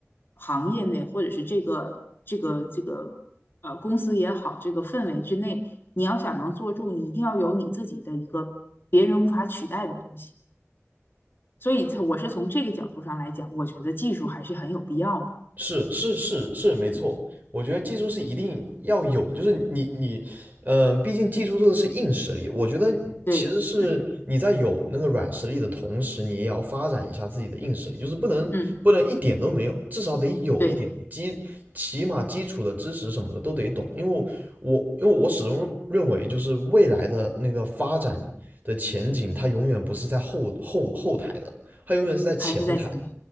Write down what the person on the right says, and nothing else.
是是是是，没错。
我觉得技术是一定要有就是你你，嗯、呃毕竟技术这个是硬实力。我觉得其实是你在有那个软实力的同时，
你也要发展一下自己的硬实力，就是不能不能一点都没有，
至少得有一点基，
起码基础的知识什么的都得懂。因为我因为我始终认为，就是未来的那个发展的前景，它永远不是在后后后台的，它永远是在前台的